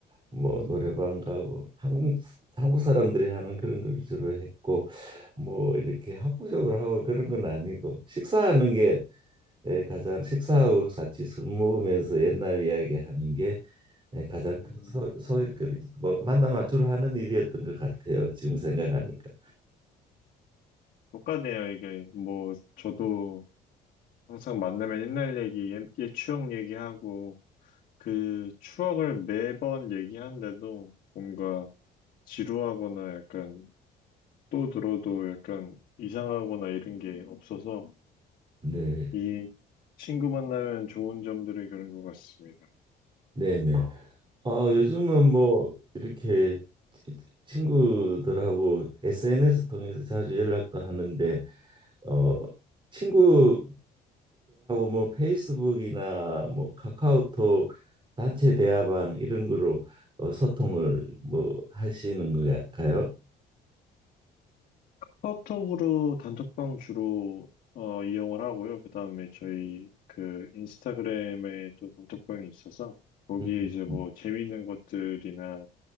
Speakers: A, on the right; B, on the left.
A: 뭐 노래방 가고 한국 한국 사람들이 하는 그런 걸 주로 했고 뭐 이렇게 학구적으로 하고 그런 건 아니고 식사하는 게 예, 가장 식사하고 같이 술 먹으면서 옛날 이야기하는 게 예, 가장
B: 음,
A: 큰 소, 소일거리 뭐 만나면 주로 하는 일이었던 것 같아요. 지금 생각하니까.
B: 똑같네요, 이게. 뭐, 저도 항상 만나면 옛날 얘기, 옛, 옛 추억 얘기하고, 그 추억을 매번 얘기하는데도 뭔가 지루하거나 약간 또 들어도 약간 이상하거나 이런 게 없어서
A: 네,
B: 이 친구 만나면 좋은 점들이 그런 것 같습니다.
A: 네, 네. 아, 요즘은 뭐 이렇게 치- 친구들하고 SNS 통해서 자주 연락도 하는데 어 친구들하고 뭐 페이스북이나 뭐 카카오톡 단체 대화방 이런 거로 어, 소통을 뭐 하시는 건가요?
B: 카톡으로 단톡방 주로 어, 이용을 하고요. 그 다음에 저희 그 인스타그램에 또 단톡방이 있어서 거기에
A: 음,
B: 이제 뭐
A: 음.
B: 재밌는 것들이나